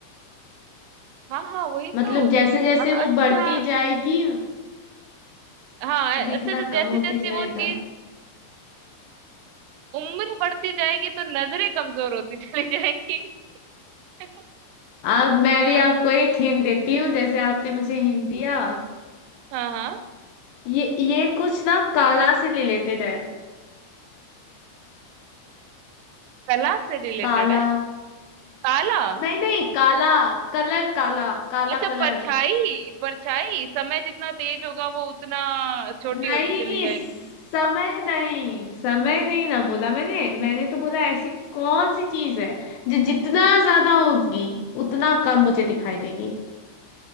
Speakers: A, on the right; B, on the left.
A: हाँ हाँ वही
B: मतलब
A: तो
B: जैसे जैसे
A: अ-
B: वो
A: अच्छा
B: बढ़ती जाएगी
A: हाँ अच्छा
B: दिखना
A: अच्छा, जैसे
B: कम होते
A: जैसे
B: जाएगा
A: वो चीज उम्र बढ़ती जाएगी तो नजरें कमजोर होती चली जाएंगी <laughs>
B: अब मैं
A: अ,
B: भी आपको एक हिंट देती हूँ जैसे आपने मुझे हिंट दिया
A: हाँ हाँ
B: ये ये कुछ ना काला से रिलेटेड है
A: कला से रिलेटेड
B: काला
A: है ताला
B: नहीं नहीं काला कलर काला काला
A: अच्छा
B: कलर
A: परछाई परछाई समय जितना तेज होगा वो उतना छोटी
B: नहीं
A: होती चली जाएगी
B: समय नहीं समय नहीं ना बोला मैंने मैंने तो बोला ऐसी कौन सी चीज है जो जितना ज्यादा होगी उतना कम मुझे दिखाई देगी